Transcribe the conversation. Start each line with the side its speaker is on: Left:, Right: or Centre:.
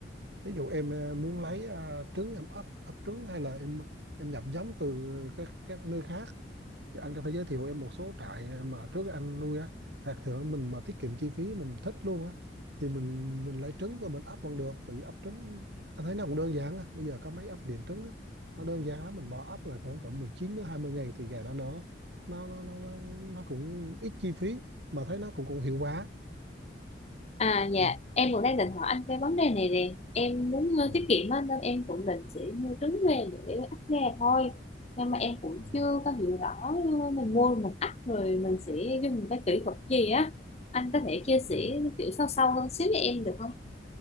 Right: ví dụ em ờ, muốn lấy ờ, trứng em ấp ấp trứng hay là em em nhập giống từ các các nơi khác Thì anh có thể giới thiệu em một số trại mà trước anh nuôi á hạt thượng mình mà tiết kiệm chi phí mình thích luôn á thì mình mình lấy trứng và mình ấp vẫn được bởi vì ấp trứng anh thấy nó cũng đơn giản á bây giờ có mấy ấp điện trứng á nó đơn giản lắm mình bỏ ấp là khoảng cỡ 19 đến 20 ngày thì gà nó nở nó nó nó nó, nó cũng ít chi phí mà thấy nó cũng cũng hiệu quả
Left: À dạ,
Right: ừ.
Left: em cũng đang định hỏi anh cái vấn đề này nè. Em muốn
Right: Ừ.
Left: ờ, tiết kiệm á, nên em cũng định sẽ mua trứng về để ấp gà thôi. Nhưng mà em cũng
Right: Ừ.
Left: chưa có hiểu rõ ờ, mình mua mình ấp rồi mình sẽ dùng cái kỹ thuật gì á. Anh có thể chia sẻ
Right: Ừ.
Left: kiểu sâu sâu hơn xíu cho em được không?